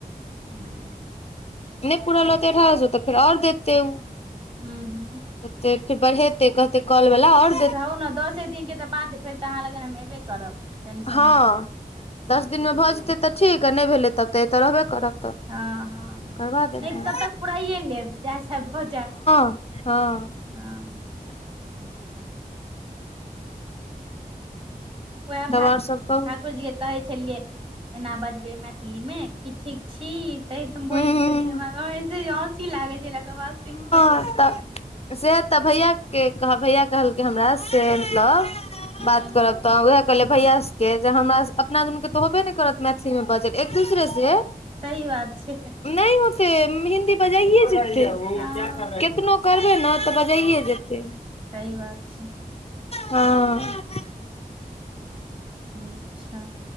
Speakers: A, on the right; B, on the left.
A: हुं-
B: नै पुरल रहतैय अठारह सौ तऽ फेर और देते उ।
A: हूँ हूँ
B: ओते फेर बढ़ेतय कहतैय काॅल वला और
A: जाउ ने दऽसे दिनके तऽ बाते फेर तऽ अहां लग हम एबे करब। टेंशन
B: हं।
A: अइ की
B: दस दिन मे भऽ जेतै तऽ ठीक आ नै भेलै तब तऽ एतऽ रहबे करब तऽ
A: हं- हं -हं
B: करबा देब
A: नै
B: हम
A: तब तक पुराइए लेब जैह सैह भऽ जैत।
B: हं।
A: हं, अच्छा। वैह हम
B: तब
A: ठाकुर
B: आओर सब कहू
A: ठाकुर जीके कहैय छलियै एना बजबैय मैथिलीमे की ठीक छी? तैं त हम
B: हूं
A: बजै छलियै जे हमा <unintelligible> हँसी लागैय छलैह ओक्क बात सुइन कऽ
B: आब त- से तऽ भैया के कहब भैया कहलकै हमरा से, मतलब
A: हूँ
B: बात करब तऽ वैह कलियै भैया सबके जे हमरा स- अपना दुनुके तऽ होबे न करत मैथिलीमे बाजल एक दुसरे से-
A: सही बात छै
B: नै होते हिन्दी बजाइए जेते। केतनो
A: हँ
B: करबैय न तऽ बजइऐ जेतै।
A: सही बात छै
B: हां
A: अच्छा